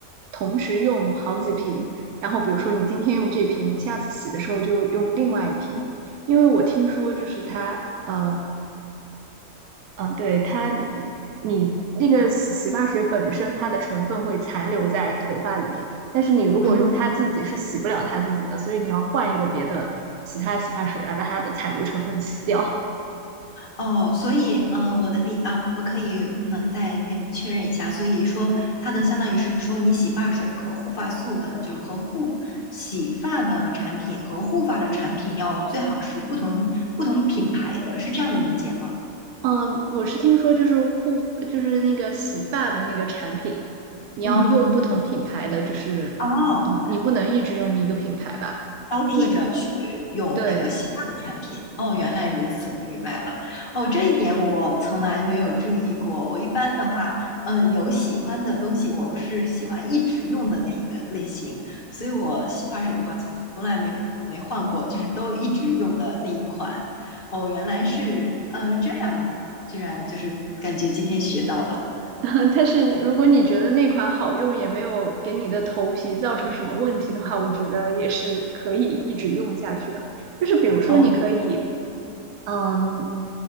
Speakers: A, on the right; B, on the left.
A: 同时用好几瓶，然后比如说你今天用这瓶，你下次洗的时候就用另外一瓶，因为我听说就是它呃嗯，对，它，你那个洗洗发水本身它的成分会残留在头发里面，但是你如果用它自己是洗不了它自己的，
B: 嗯。
A: 所以你要换一个别的其他洗发水来把它的残留成分洗掉。
B: 哦，所以，嗯、呃我的理啊，我可以能再跟你确认一下。所以说，它的相当于是说，你洗发水和护发素的，就是和护洗发的产品和护发的产品要最好是不同不同品牌的，是这样的理解吗？
A: <laughs> 嗯，我是听说就是护就是那个洗发的那个产品，你要用不同品牌的，
B: 嗯，
A: 就是你你不能一直用一个品牌吧，
B: 哦，交替着去用那个洗发的产品。
A: 因为对。
B: 哦，原来如此，我明白了。哦，这一点我从来没有注意过。我一般的话，嗯，有喜欢的东西，我是喜欢一直用的那一个类型，所以我洗发水的话，从来没没换过，就是都一直用的那一款。哦，原来是，嗯这样，居然就是感觉今天学到了。
A: <laughs> 但是如果你觉得那款好用，也没有给你的头皮造成什么问题的话，我觉得也是可以一直用下去的。就是比如说，
B: 哦，
A: 你可以，嗯，